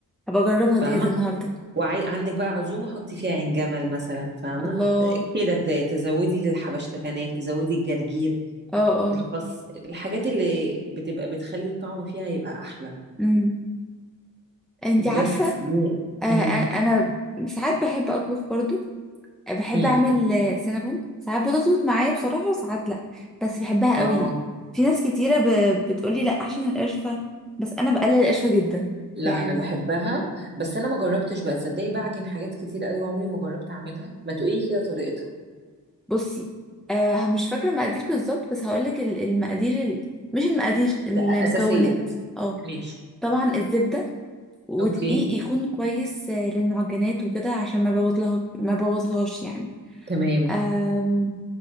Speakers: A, in the centre; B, on the right (about 30°).
A: هبقى اجربها
B: فاهمه
A: ديت النهاردة
B: وعندك بقى عزومه حطي فيها عين جمل مثلا فاهمه
A: الله
B: كده ت- تزودي الحبشتكنات تزودي الجرجير
A: اه اه
B: الخس الحاجات اللي بتبقى بتخلي الطعم فيها يبقى احلى
A: امم انتي
B: بس
A: عارفة
B: دي
A: آه
B: مم.
A: أ- انا ساعات بحب اطبخ برضو بحب
B: مم.
A: اعمل آه، سينابون ساعات بتظبط معايا بصراحة وساعات لا بس بحبها
B: اه
A: قوي في ناس كتيرة ب... بتقولي لا عشان القرفة بس انا بقلل القرفة جدا
B: لا
A: يعني
B: انا بحبها بس انا ما جربتش بقى تصدقي بعجن حاجات كتير قوي عمري ما جربت اعملها ما تقولي كده طريقتها
A: بصي آه مش فاكرة مقادير بالظبط بس هقولك ال- المقادير ال... مش المقادير المكونات
B: ده اساسيه
A: اه
B: ماشي
A: طبعا الزبدة ودقيق
B: اوكي
A: يكون كويس آه، للمعجنات وكده عشان ما بوظلها ما بوظهاش
B: تمام
A: يعني